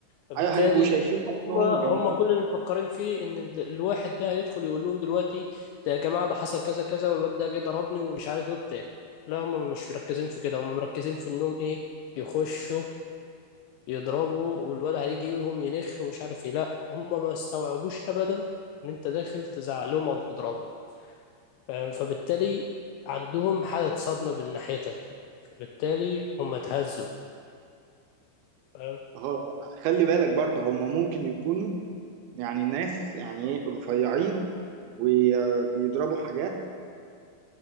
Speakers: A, on the left; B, on the right.
A: فبالتالي
B: أيوة هيبقوا شايفين نفسهم
A: هم
B: جامدين
A: هم كل اللي مفكرين فيه ان ال- الواحد ده هيدخل يقول لهم دلوقتي ده يا جماعه ده حصل كذا كذا والواد ده جه ضربني ومش عارف ايه وبتاع لا هم مش مركزين في كده هم مركزين في انهم ايه يخشوا يضربوا والواد هيجي لهم ينخ ومش عارف ايه لا هم ما استوعبوش ابدا ان انت داخل تزعق لهم او تضربهم فاهم فبالتالي عندهم حالة صدمة من ناحيتك فبالتالي هم اتهزوا فاهم
B: هو خلي بالك برضه هم ممكن يكونوا يعني ناس يعني إيه رفيعين وبيضربوا حاجات